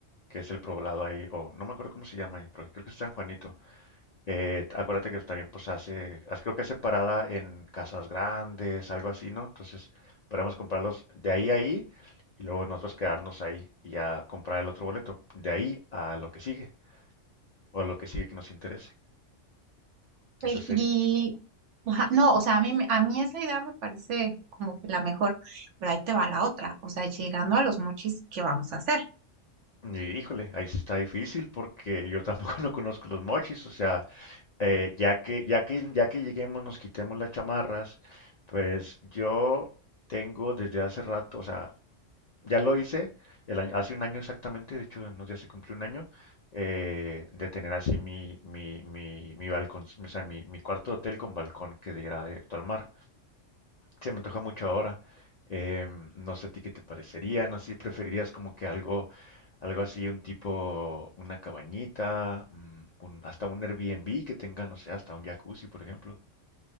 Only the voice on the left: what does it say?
que es el poblado ahí, o no me acuerdo cómo se llama ahí, pero creo que es San Juanito. Eh, acuérdate que también pues hace, hace- creo que hace parada en Casas Grandes, algo así, ¿no? Entonces, podemos comprarlos de ahí a ahí y luego nosotros quedarnos ahí y ya comprar el otro boleto, de ahí a lo que sigue o a lo que sigue que nos interese. Esa
sería.
Y, híjole, ahí sí está difícil porque yo tampoco <laughs> no conozco los mochis, o sea, eh, ya que, ya que, ya que lleguemos, nos quitemos las chamarras, pues yo tengo desde hace rato, o sea, ya lo hice el año- hace un año exactamente, de hecho, en unos días se cumplió un año, eh, de tener así mi, mi, mi, mi balcón, o sea, mi, mi cuarto de hotel con balcón que diera directo al mar se me antoja mucho ahora. Eh, no sé a ti qué te parecería, no sé si preferirías como que algo, algo así, un tipo, una cabañita, mm, un- hasta un Airbnb que tenga, no sé, hasta un jacuzzi, por ejemplo.